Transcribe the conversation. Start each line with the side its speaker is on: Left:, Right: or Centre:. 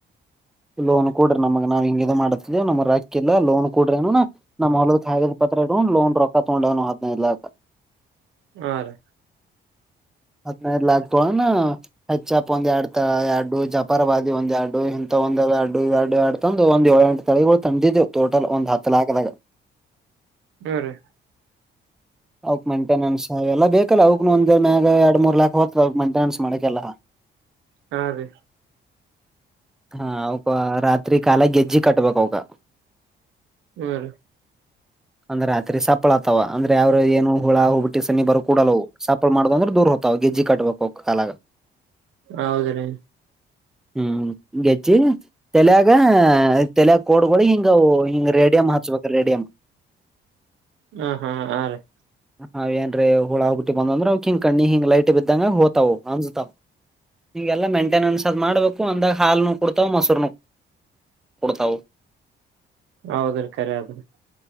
Centre: ಲೋನ್ ಕೂಡ್ರ ನಮ. ನಾವ್ ಹಿಂಗಿದ ಮಾಡತವ ನಮ್ ರಕ್ಕಲ್ಲ ಲೋನ್ ಕೂಡ್ರೇನು ನಮ್ಮ ಹೊಲದ ಕ ಪತ್ರ ಲೋನ್ ರೊ ಕಕೊಂಡನು ಹದಿನೈದು ಲಾಖ.
Right: ಹಾ- ರೀ
Centre: ಹದ್ನೈದಲ ಆಗ್ತಳನಾ ಹೆಚ್ಚಪ್ ಒಂದ್ ಎರಡ್ ತ ಎರಡು ಜಪಾರವಾದಿ ಒಂದ ಎರಡು ಇಂಥ. ಒಂದ ಅಡು ಎರಡು ಎರಡು ತಂದು ಒಂದ್ಏು ಎಂಟು ತಳಿಗಳು ತಂದಿದ್ದೆವು ಟೋಟಲ್ ಒಂದ್ ಹತ್ತು ಲಾಖದಾಗ.
Right: ಹ್ಮ್- ರೀ
Centre: ಅವಕ್ ಮೈಂಟೆನೆನ್ಸ್ ಎಲ್ಲ ಬೇಕಲ್ಲ ಅವಕ್ನು ಒಂದ್ ಮ್ಯಾಗ ಎರ ಮೂರ್ ಲಾಕ್ ಹೋತದ ಅವಕ್ ಮೈಂಟನೆನ್ಸ್ ಮಾಡಕೆಲ್ಲಾ. <inaudible>
Right: ಹಾ- ರೀ
Centre: ಹಾ -ಅವಕ ರಾತ್ರಿ ಕಾಲ ಗೆಜ್ಜಿ ಕಟ್ಬೇಕಕ್ ಅವಕ.
Right: ಹ್ಮ್- ರೀ
Centre: ಹ <unintelligible> ಅಂದ್ರೆ ರತ್ರಿ ಸಪ್ಪಳ ಆತವ ಅಂದ್ರ ಅವ್ರರು ಏನು ಹುಳ ಹುಬಟ್ಟಿ ಸಿ ಬರು ಕೂಡಲ್ಲವು ಸಾಪ್ಪಳ್ ಮಾಡುದು ಅ್ರದೂ -ಹ ಗೆಜ್ಜಿ ಕಬೇಕು ಕಾಲ -ಗಾ-
Right: ಹೌದ್ರಿ
Centre: ಹ್ಮ ಚ್ಚಿ -ತಲ್ಯಾಗ ತಲ್ಯಾಗ್ ಕೋಡ್ಗಳಿ ಹಿಂಗವು ಹಿಂಗ ರೇಡಿಯಂ ಹಚ್ಬೇಕ ರೇಡಿಯಂ <inaudible>
Right: ಹ -ಹಾ -ಹ -ರೀ-
Centre: ಹ ಏನ್ ಹಳ ಹೋಗಬಿಟ್ಟಿ ಬಂದ್ರ ಅವ ಹಿಂಗ ಕಣ್ಣಿ ಹಿಂಗ್ ಲೈಟ್ ಬ್ದಂಗ ಹೋತವು್ ಅನ್ಜತಾವ್. ನೀಗೆಲ್ಲ ಮೇಂಟೆನೆನ್ಸ್ ಅದ್ ಮಾಡ್ಬೇಕು ಅಂದಾಗ ಹಾಲ್ನು ಕುಡ್ತಾವ ಮೊಸರುನ. ಕೊಡ್ತಾವು.
Right: ಹೌದ್ರ ಕಖರೆ ಅದ್ರ.